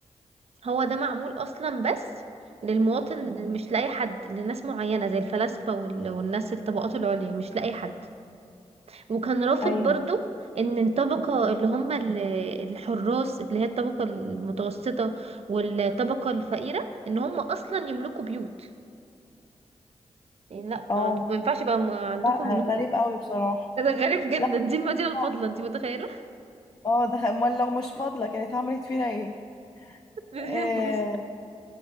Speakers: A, on the right; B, on the left.
A: هو ده معمول اصلا بس للمواطن مش لاي حد لناس معينه زي الفلاسفه وال- والناس الطبقات العليا مش لاي حد وكان رافض
B: ايوه
A: برضو ان الطبقة اللي هم ال- الحراس اللي هي الطبقة المتوسطة والطبقة الفقيرة ان هم اصلا يملكوا بيوت يعني لا
B: اه
A: ما عند- ما ينفعش يبقى م- عندكم
B: لا
A: ملو-
B: غريب قوي بصراحه
A: ده غريب جدا
B: لا
A: دي المدينة الفاضلة
B: اه
A: انت متخيلة
B: آه، ده خ- امال لو مش فاضله كانت عملت فينا ايه
A: <laughs> مدينة
B: آه.
A: مش